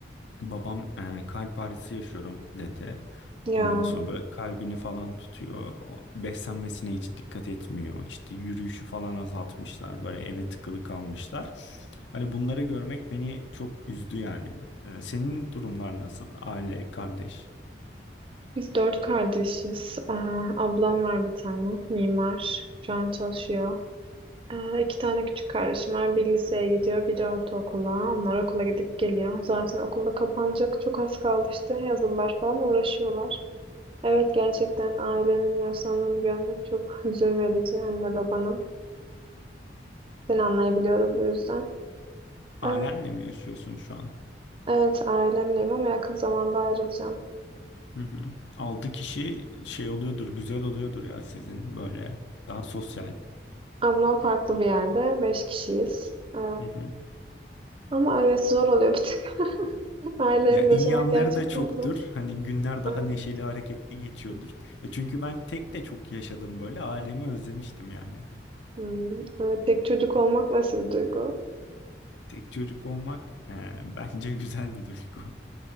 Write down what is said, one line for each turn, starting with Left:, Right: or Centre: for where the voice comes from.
Left: Babam e, kalp ağrısı yaşıyorum dedi.
Right: Ya
Left: Ondan sonra böyle kalbini falan tutuyor. O- Beslenmesine hiç dikkat etmiyor. İşte yürüyüşü falan azaltmışlar. Böyle eve tıkılı kalmışlar. Hani bunları görmek beni çok üzdü yani. E, senin durumlar nasıl? Aile, kardeş.
Right: biz dört kardeşiz. Ee, ablam var bir tane mimar. Şu an çalışıyor. Ee, iki tane küçük kardeşim var. Bir liseye gidiyor, biri ortaokula. Onlar okula gidip geliyor. Zaten okulda kapanacak çok az kaldı işte. Yazılılar falan uğraşıyorlar. Evet gerçekten ailenin yaşlandığını görmek çok <laughs> hüzün verici anne babanın. Seni anlayabiliyorum bu yüzden.
Left: Ailenle
Right: Ee,
Left: mi yaşıyorsun şu an?
Right: evet ailemleyim ama yakın zamanda ayrılacağım.
Left: Hı hı. Altı kişi şey oluyordur, güzel oluyordur ya sizin böyle daha sosyal.
Right: Ablam farklı bir yerde. Beş kişiyiz. Ee,
Left: Hı hı.
Right: ama evet zor oluyor bir tık. <laughs> Ailenin
Left: Ya
Right: yaşamak
Left: iyi yanları
Right: gerçekten
Left: da çoktur.
Right: zor.
Left: Hani günler daha
Right: Aynen.
Left: neşeli, hareketli geçiyordur. Ya çünkü ben tek de çok yaşadım böyle. Ailemi özlemiştim yani.
Right: Hmm, Evet tek çocuk olmak nasıl bir duygu?
Left: Tek çocuk olmak eee, <laughs> bence güzel bir duygu. <laughs>